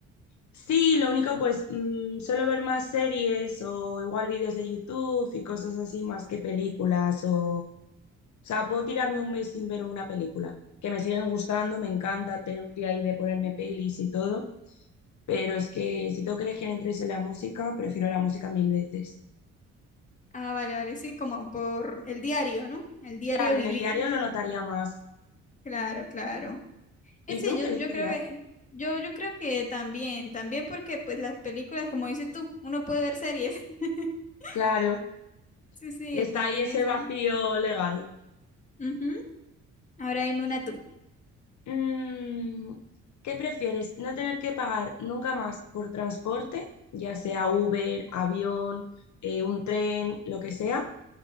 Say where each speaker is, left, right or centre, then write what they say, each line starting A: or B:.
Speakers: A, on the left; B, on the left.
A: Sí, lo único pues mm, suelo ver más series o igual vídeos de YouTube y cosas así más que películas o... O sea, puedo tirarme un mes sin ver una película, que me siguen gustando, me encanta tener un día ahí de ponerme pelis y todo, pero es que si tengo que elegir entre eso y la música, prefiero la música mil veces.
B: Ah, vale, vale, sí, como por el diario, ¿no? El diario
A: Claro,
B: vivir.
A: en el diario lo notaría más.
B: Claro, claro. Es
A: ¿Y tú
B: sí, yo,
A: qué elegirías?
B: yo creo que, yo, yo creo que también, también porque pues las películas, como dices tú, uno puede ver series. <laughs>
A: Claro,
B: Sí, sí,
A: está
B: está
A: ahí
B: bien
A: ese
B: esa.
A: vacío legal.
B: Ujú. Ahora dime una tú.
A: Mm, ¿qué prefieres? ¿No tener que pagar nunca más por transporte, ya sea Uber, avión, eh, un tren, lo que sea?